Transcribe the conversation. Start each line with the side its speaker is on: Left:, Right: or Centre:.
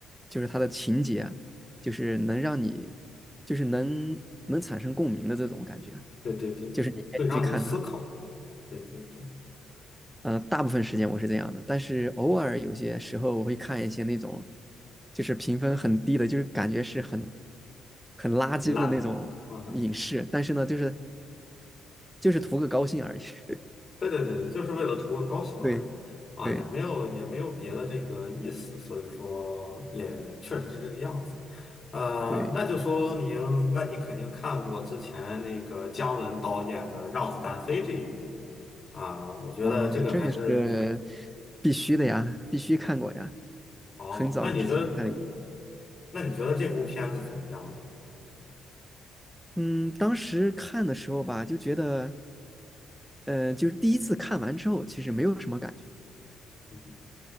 Centre: 就是他的情节，就是能让你，就是能能产生共鸣的这种感觉，
Left: 对对对对，
Centre: 就是你愿意去看他。
Left: 会让你思考，对对对，
Centre: 呃，大部分时间我是这样的，但是偶尔有些时候我会看一些那种，就是评分很低的，就是感觉是很很垃圾的那种影视，
Left: 烂的，啊哈，
Centre: 但是呢，就是就是图个高兴而已。<laughs>
Left: 对对对，就是为了图个高兴而已，
Centre: 对
Left: 啊，
Centre: 对
Left: 也没有也没有别的这个意思，所以说也确实是这个样子，呃，
Centre: 对，
Left: 那就说明，那你肯定看过之前那个姜文导演的《让子弹飞》这一部啊，我觉得这个还是比，
Centre: 嗯，这个是必须的呀，必须看过呀。
Left: 哦，
Centre: 很早之前看了一部，
Left: 那你觉得那你觉得这部片子怎么样呢？
Centre: 嗯，当时看的时候吧，就觉得，呃，就是第一次看完之后，其实没有什么感觉，
Left: 嗯哼